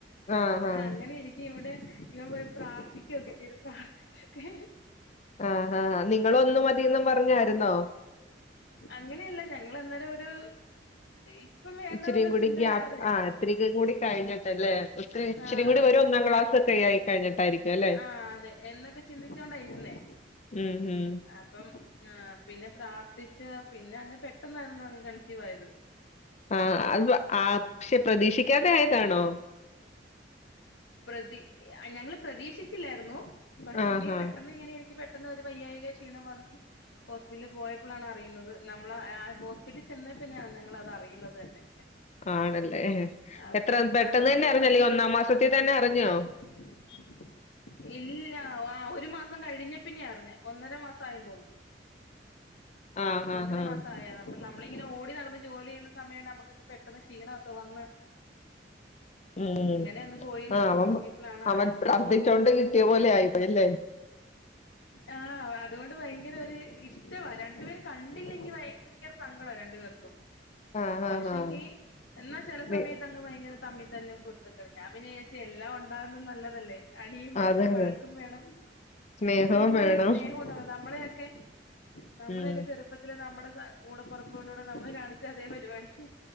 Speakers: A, on the left; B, on the left.
A: ആഹ് ആഹ് ആഹ്
B: അങ്ങനെരി ഇവടെ ഇവൻ പോയി പ്രാർത്ഥിക്കൊക്കെ ചെയ്ത് പ്രാർത്ഥിച്ചൊക്കെ
A: ആ ഹാ നിങ്ങള് ഒന്ന് മതീന്നും പർഞ്ഞായിര്ന്നോ
B: അങ്ങനെല്ല ഞങ്ങള് അന്നേരം ഒരു ഇപ്പം വേണ്ടാന്നുള്ളൊരു
A: ഇച്ചരിയും കൂടി
B: ചിന്തയിലായിരുന്നു
A: ഗ്യാപ്പ്
B: ഞങ്ങള്
A: ആ ഇത്തിരിയും കൂടി കഴിഞ്ഞിട്ടല്ലേ ഇത്തിരി ഇച്ചിരി
B: ആഹ്
A: കൂടി ഒരു ഒന്നാം ക്ലാസ് ഒക്കെ ആയി കഴിഞ്ഞിട്ടായിരിക്കു അല്ലേ
B: ആ അതെ എന്നൊക്കെ ചിന്തിച്ചൊണ്ടാ ഇര്ന്നേ
A: ഉം ഉം
B: അ അപ്പം പിന്നെ പ്രാർത്ഥിച്ച് പിന്നെ അങ്ങ് പെട്ടെന്നായിരുന്നു അങ്ങ് കൺസീവായത്
A: ആ അത് ആക്ഷെ പ്രതീക്ഷിക്കാതെ ആയതാണോ
B: പ്രതി ഞങ്ങള് പ്രതീക്ഷിച്ചില്ലായിര്ന്നു പക്ഷെങ്കി
A: ആഹ് ആഹ്
B: പെട്ടെന്ന് ഇങ്ങനെ എനിക്ക് പെ ട്ടെന്ന് ഒര് വയ്യായിക ക്ഷീണം വന്ന് ഹോസ്പിറ്റലി പോയപ്പളാണ് അറിയുന്നത് നമ്മള് ഹോസ്പിറ്റലി ചെന്നേ പിന്നെയാ ഞങ്ങളത് അറിയുന്നത് തന്നെ
A: ആണല്ലേ
B: അപ്പം
A: എത്ര പെട്ടെന്ന്
B: അതുകൊണ്ട്
A: തന്നെ
B: ഇപ്പ
A: അറിഞ്ഞോ അല്ലെ
B: ഇ
A: ഒന്നാം മാസത്തി തന്നെ അറിഞ്ഞോ
B: <inaudible> ഇല്ല ആ ഒരു മാസം കഴിഞ്ഞെ പിന്നെ അർഞ്ഞെ ഒന്നര മാസം ആയൂന്ന് തോന്നുന്നു
A: ആഹ് ആഹ്
B: ഒന്നര
A: ആഹ്
B: മാസം ആയത അപ്പ നമ്മളിങ്ങനെ ഓടി നടന്ന് ജോലി ചെയ്യുന്ന സമയം നമുക്കൊക്ക പെട്ടെന്ന് ക്ഷീണൊക്കെ വന്ന്
A: ഉം
B: ഇങ്ങനെ ഒന്ന് പോയി
A: ആ
B: ഒന്ന്
A: അവം
B: നോക്കിയപ്പോഴാണ്
A: അവൻ
B: ആയത്
A: പ്രാർത്ഥിച്ചോണ്ട്
B: ഉം
A: കിട്ടിയ പോലെ ആയിപ്പോയല്ലേ
B: ആ അതുകൊണ്ട് ഭയങ്കര ഒരു ഇഷ്ടവാ രണ്ടുപേര് കണ്ടില്ലെങ്കി ഭയ ങ്കര സങ്കട രണ്ടു പേർക്കും
A: ആഹ്
B: പക്ഷെങ്കി
A: ആഹ് ആഹ്
B: എന്നാ ചെല സമയത്ത്
A: നി
B: ഭയങ്കര തമ്മി തല്ലും കുരുത്തക്കേടും ഞാൻ പിന്നെ വിചാരിച്ച് എല്ലാം ഒണ്ടാവുന്നത് നല്ലതല്ലേ അടിയും വേണം
A: അതെ
B: വഴക്കും
A: അതെ
B: വേണം
A: സ്നേഹവും
B: അതി നല്ല
A: വേണം
B: സ്നേഹം ഉണ്ടാകുള്ളു നമ്മളെയൊക്കെ- നമ്മളെയൊക്കെ
A: ഉം
B: ചെറുപ്പത്തില് നമ്മുടെ കൂടെപ്പെറപ്പുകളോട് നമ്മള് കാണിച്ച അതേ പരിപാടി-